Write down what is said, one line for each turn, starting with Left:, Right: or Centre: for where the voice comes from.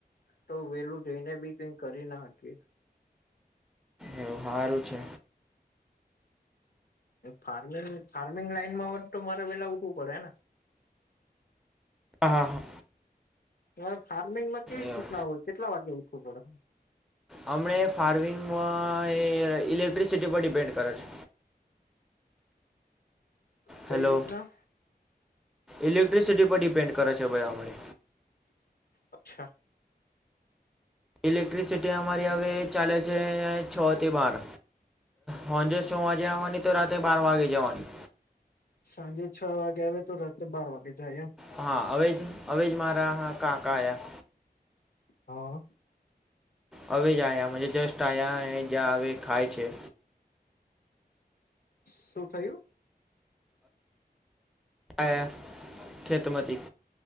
Left: તો વેલું જઈને બી કઈ કરી નાખી.
Centre: એવું સારું છે.
Left: ફાર્મિંગ ફાર્મિંગ લાઈનમાં હો તો મારે વેલા ઉઠવું પડે ને
Centre: હા હા હા.
Left: હ ફાર્મિંગમાં કેવી
Centre: એમ
Left: રીત ના હોય કેટલા વાગે ઉઠવું પડે.
Centre: હમણા ફાર્મિંગમાં એ ઇલેક્ટ્રિસિટી પર ડિપેન્ડ કરે છે.
Left: કઈ
Centre: હેલો
Left: રીતના?
Centre: ઇલેક્ટ્રિસિટી પર ડિપેન્ડ કરે છે ભાઈ અે.
Left: અચ્છા.
Centre: ઇલેક્ટ્રિસિટી અમારી હવે ચાલે છે છ થી બાર. હંજ છ વાગે આવવાની તો રાતે બાર વાગે જવાની
Left: સાંજે છ વાગ્યા વજ તો રાત્ર બાર વાગે ચ આઈ?
Centre: હા અવે જ અવે જ મારા હ કાકા આયા!
Left: હા.
Centre: હવે જ આવયા જસ્ટ આ્યા જ્યાં હવે ખાય છે.
Left: શું થયું?
Centre: આયા ખેતમતી